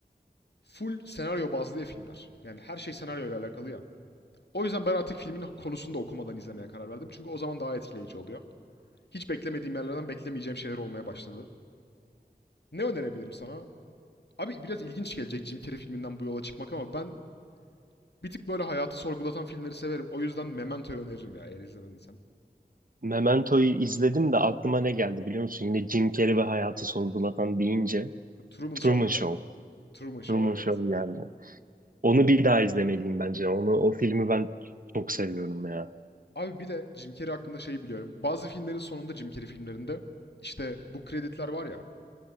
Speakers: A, on the left; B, on the right.
A: Full senaryo bazlı ya filmler. Yani her şey senaryo ile alakalı ya. O yüzden ben artık filmin konusunu da okumadan izlemeye karar verdim. Çünkü o zaman daha etkileyici oluyor. Hiç beklemediğim yerlerden beklemeyeceğim şeyler olmaya başladı. Ne önerebilirim sana? Abi biraz ilginç gelecek Jim Carrey filminden bu yola çıkmak ama ben bir tık böyle hayatı sorgulatan filmleri severim. O yüzden Memento'yu öneririm ya eğer izlemediysen.
B: Memento'yu izledim de aklıma ne geldi biliyor musun? Yine Jim Carrey ve hayatı sorgulatan deyince
A: Truman
B: Truman
A: Show mu
B: Show.
A: geldi? Truman Show
B: Truman
A: evet.
B: Show geldi. Onu bir daha izlemeliyim bence. Onu o filmi ben çok seviyorum ya.
A: Abi bir de Jim Carrey hakkında şeyi biliyorum. Bazı filmlerin sonunda Jim Carrey filmlerinde işte bu kreditler var ya.